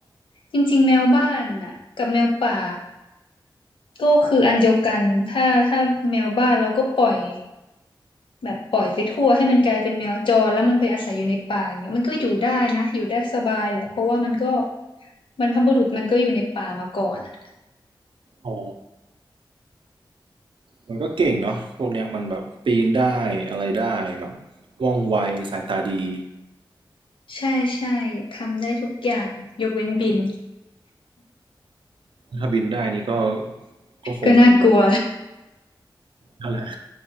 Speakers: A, on the left (about 80°); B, on the right (about 80°).
A: จริงๆแมวบ้านน่ะกับแมวป่าก็คืออันเดียวกันถ้าถ้าแมวบ้านเราก็ปล่อยแบบปล่อยไปทั่วให้มันกลายเป็นแมวจรแล้วมันไปอาศัยอยู่ในป่าอย่างเงี้ยมันก็อยู่ได้นะอยู่ได้สบายแหละเพราะว่ามันก็บรรพบุรุษมันก็อยู่ในป่ามาก่อนอะ
B: อ๋อมันก็เก่งเนาะพวกเนี้ยมันแบบปีนได้อะไรได้แบบว่องไวสายตาดี
A: ใช่ใช่ทำได้ทุกอย่างยกเว้นบิน
B: ถ้าบินได้นี่ก็ก็คง
A: ก็น่ากลัว
B: นั่นแหละ